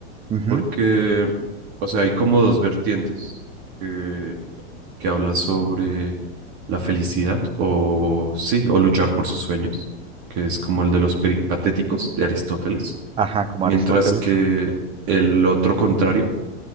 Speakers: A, on the right; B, on the right.
A: uh
B: porque,
A: -huh.
B: o sea, hay como dos vertientes que, que habla sobre la felicidad o, sí, o luchar por sus sueños, que es como el de los peripatéticos de Aristóteles,
A: Ajá, como
B: mientras
A: Aristóteles.
B: que el otro contrario